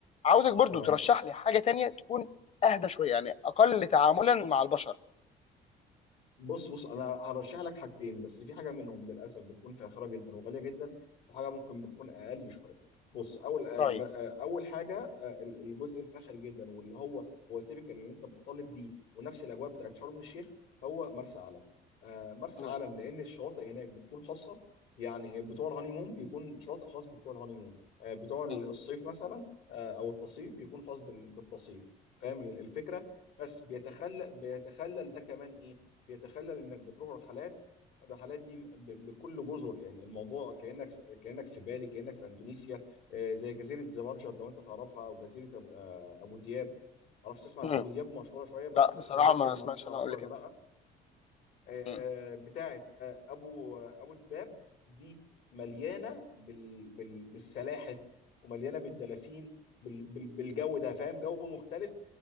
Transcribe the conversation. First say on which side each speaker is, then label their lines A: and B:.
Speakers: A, on the left; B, on the left.
A: عاوزك برضو
B: تمام
A: ترشح لي حاجه تانية تكون اهدى شويه يعني اقل تعاملا مع البشر
B: بص بص انا هرشح لك حاجتين بس في حاجه منهم للاسف بتكون فاخره جدا وغاليه جدا وحاجه ممكن بتكون اقل شويه بص اول آه،
A: طيب
B: ب- آه، اول حاجه آه، ال- الجزء الفاخر جدا واللي هو هو تيبيكال اللي انت بتطالب بيه ونفس الاجواء بتاعت شرم الشيخ هو مرسى علم آه، مرسى
A: مم.
B: علم لان الشواطئ هناك بتكون خاصه يعني بتوع الهانيمون بيكون شاطئ خاص بتوع الهانيمون آه، بتوع الصيف
A: مم.
B: مثلا آه، او التصيف بيكون خاص بال- بالتصيف فاهم الفكره بس بيتخلل بيتخلل ده كمان ايه يتخلل انك بتروح رحلات الرحلات دي ب- بكل جزر يعني الموضوع كانك في كانك في بالي كانك في اندونيسيا آه، زي جزيره زبرجد لو انت تعرفها او جزيره ابو, آه، أبو دياب ما اعرفش تسمع
A: مم.
B: ابو دياب مشهوره شويه بس
A: لا بصراحه
B: زبرجد
A: ما
B: ما
A: سمعتش
B: اعرفش تعرفها
A: انا اقول
B: ولا
A: كده
B: لا آه،
A: مم.
B: آه، بتاعه آه، ابو آه، ابو دباب دي مليانه بال بال بالسلاحف ومليانه بالدلافين بال بال بالجو ده فاهم جو مختلف